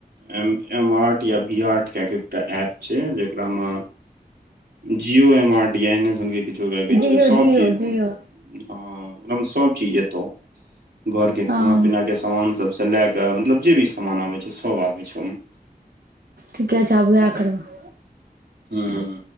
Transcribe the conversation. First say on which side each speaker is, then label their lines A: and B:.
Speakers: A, on the right; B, on the right.
A: एम एम आर्ट या भी आर्ट काए के एकटा एप छै, जेकरा मे जियो एम आर्ट या ऐहने सनके किछो काए के
B: जियो
A: छै सब
B: जियो
A: चीज
B: जियो
A: हां ओकरा मे सब चीज ऐतो। घर के खाना-पीना
B: हँ
A: के समान सब से लाए के मतलब जे भी समान आबै छै सब आबै छै ओय मे।
B: ठीके छै आब वाएह करबै।
A: हुं।